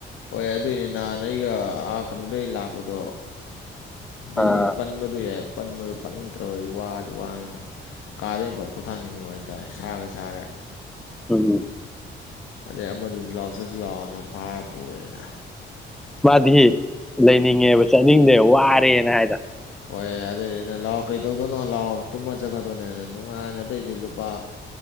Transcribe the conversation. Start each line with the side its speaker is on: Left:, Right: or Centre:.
Left: ꯍꯣꯏ ꯑꯗꯨꯏꯅꯦ ꯅꯍꯥꯟ ꯑꯩꯒꯥ ꯀꯩꯅꯣꯗꯩ ꯂꯥꯛꯄꯗꯣ <unintelligible> ꯂꯤ
Centre: ꯑꯥ
Left: ꯄꯟꯃꯗꯨ ꯌꯥ ꯄꯟꯃꯗꯨ ꯄꯥꯅꯤꯡꯇ꯭ꯔꯕꯗꯤ ꯋꯥꯁꯨ ꯋꯥꯅꯤꯅ ꯀꯥꯗꯣꯏꯕ ꯄꯣꯊꯥꯅꯤꯡꯉꯕ ꯍꯥꯏꯇꯥꯔꯦ ꯁꯥꯒ ꯁꯥꯔꯦ
Centre: ꯎꯝꯝ
Left: ꯑꯗꯩ ꯑꯃꯗꯨꯁꯨ ꯂꯥꯎ ꯆꯠꯁꯤ ꯂꯥꯛꯑꯣꯅ ꯐꯥꯔ ꯄꯨꯔꯦꯅ
Centre: ꯃꯥꯗꯤ ꯂꯩꯅꯤꯡꯉꯦꯕ ꯆꯠꯅꯤꯡꯗꯦ ꯋꯥꯔꯦꯅ ꯍꯥꯏꯗꯅ
Left: ꯍꯣꯏ ꯑꯗꯨꯗꯩꯗꯤ ꯑꯩꯅ ꯂꯥꯛꯑꯣ ꯀꯩꯗꯧꯗꯣꯏꯅꯣ ꯂꯥꯛꯑꯣ ꯇꯨꯝꯃ ꯆꯠꯀꯗꯣꯏꯅꯦꯅ ꯅꯨꯡꯉꯥꯏꯅ ꯑꯗꯩꯗꯤ ꯂꯨꯄꯥ